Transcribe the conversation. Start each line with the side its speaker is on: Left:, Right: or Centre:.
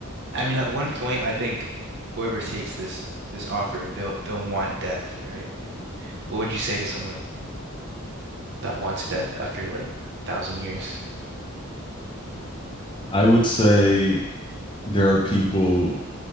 Right: I mean, at one point, I think whoever takes this this offer, they'll they'll want death, right? What would you say to someone that wants death after like thousand years?
Left: I would say there are people